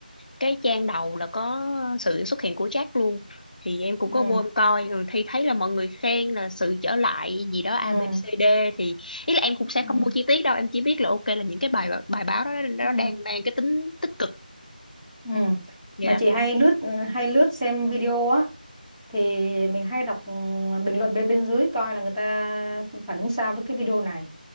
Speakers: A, on the left; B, in the centre.
A: cái trang đầu là có sự xuất hiện của jazz luôn thì em cũng
B: Ừ,
A: có vô em coi ừ, thì thấy là mọi người khen là sự trở lại gì đó A ABCD
B: ừ,
A: thì ý là em cũng sẽ
B: ừ,
A: không mua chi tiết đâu em chỉ biết là ok là những cái bài bài báo đó nó
B: ừ,
A: đang mang cái tính tích cực
B: ừ.
A: dạ
B: Mà chị hay lướt hay lướt xem video á thì mình hay đọc ừ, bình luận bên bên dưới coi là người ta phản ứng sao với cái video này.